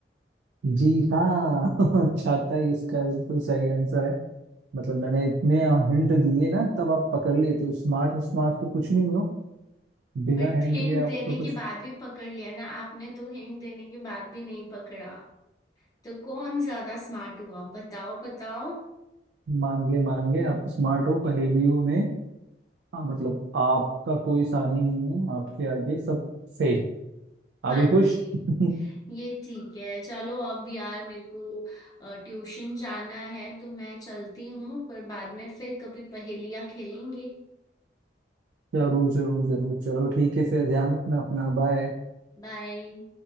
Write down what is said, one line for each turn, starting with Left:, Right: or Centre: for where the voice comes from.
Right: जी हाँ <laughs> छाता ही इसका बिल्कुल सही आंसर है मतलब मैंने इतने हिंट दिए ना तब आप पकड़ लिए तो स्मार्ट स्मार्ट तो कुछ नहीं हो, बिना
Left: बट
Right: हिंट
Left: हिंट
Right: के आपका
Left: देने
Right: कुछ
Left: के बाद भी पकड़ लिया ना आपने तो हिंट देने के बाद भी नहीं पकड़ा तो कौन ज्यादा स्मार्ट हुआ बताओ बताओ
Right: मान गए मान गए आप स्मार्ट हो पहेलियों में हाँ, मतलब आपका कोई सानी नहीं है आपके आगे सब फेल आप
Left: हाँ
Right: भी खुश
Left: जी
Right: <laughs>
Left: ये ठीक है चलो अब यार मेरे को अ, ट्यूशन जाना है तो मैं चलती हूँ पर बाद में फिर कभी पहेलियाँ खेलेंगे
Right: जरूर जरूर जरूर चलो ठीक है फिर ध्यान रखना अपना बाय
Left: बाय